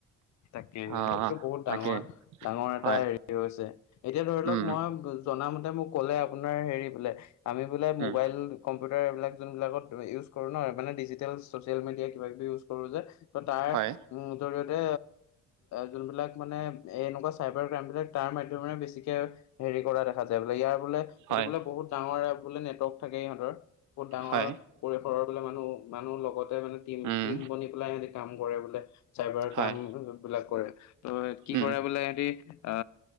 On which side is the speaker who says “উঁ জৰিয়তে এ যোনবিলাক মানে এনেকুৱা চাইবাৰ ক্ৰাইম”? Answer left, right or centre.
Left